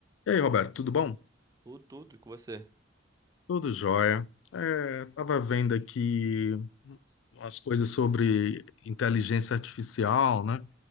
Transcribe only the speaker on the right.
Tudo, tudo com você.